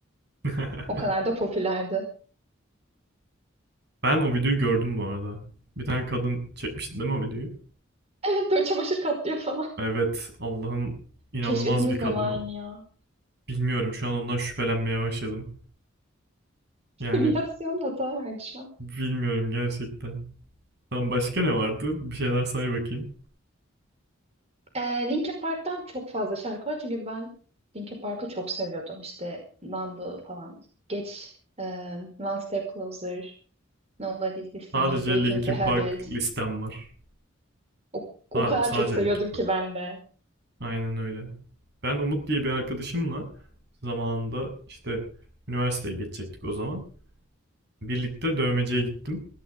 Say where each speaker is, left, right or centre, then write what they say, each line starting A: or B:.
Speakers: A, on the right; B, on the right.
A: <laughs>
B: O kadar da popülerdi. <laughs>
A: Ben o videoyu gördüm bu arada. Bir tane kadın çekmişti değil mi o videoyu?
B: Evet böyle çamaşır katlıyor falan.
A: Evet, Allah'ım inanılmaz
B: Keşfetimiz
A: bir kadın
B: de mi aynı
A: o.
B: ya?
A: Bilmiyorum şu an ondan şüphelenmeye başladım.
B: <laughs>
A: Yani
B: Simülasyon hata verdi şu an.
A: bilmiyorum gerçekten. Tam başka ne vardı? Bir şeyler say bakayım.
B: Ee, Linkin Park'tan çok fazla şarkı var. Çünkü ben Linkin Park'ı çok seviyordum. İşte Numb falan. Geç. e, One Step Closer. Nobody's Listening.
A: Sadece
B: Breaking
A: Linkin
B: the Habit.
A: Park listem var.
B: O, o
A: Sa-
B: kadar
A: sadece
B: çok seviyordum
A: Linkin Park.
B: ki ben de.
A: Aynen öyle. Ben Umut diye bir arkadaşımla zamanında işte üniversiteye geçecektik o zaman. Birlikte dövmeciye gittim.